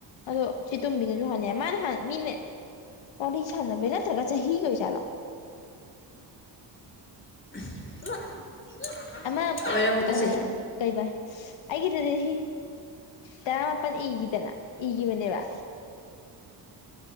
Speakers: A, on the left; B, on the left.
A: ꯑꯗꯣ ꯆꯦꯇꯝꯕꯤꯅꯁꯨ ꯍꯅꯤ ꯃꯥꯅ ꯍ ꯃꯤꯅ ꯋꯥꯔꯤ ꯁꯥꯟꯅꯕꯩ ꯅꯠꯇ꯭ꯔꯒ ꯆꯥꯍꯤꯒꯤ ꯑꯣꯏ ꯖꯥꯠꯂꯣ
B: <unintelligible>
A: ꯑꯃ
B: ꯑꯣꯏꯔꯝꯕꯗ
A: ꯑ
B: ꯆꯍꯤ
A: ꯀꯩꯕ ꯑꯩꯒꯤꯗꯗꯤ ꯍꯤ ꯇꯔꯥꯃꯥꯄꯟ ꯏꯒꯤꯗꯅꯥ ꯢꯒꯤꯕꯅꯦꯕ